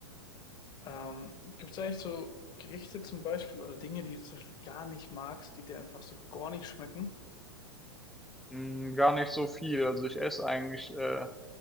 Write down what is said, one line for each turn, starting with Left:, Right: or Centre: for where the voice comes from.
Left: Ähm, gibt es eigentlich so Gerichte zum Beispiel oder Dinge, die du zum Beispiel gar nicht magst, die dir einfach so gar nicht schmecken?
Centre: Hm, gar nicht so viel. Also ich esse eigentlich äh,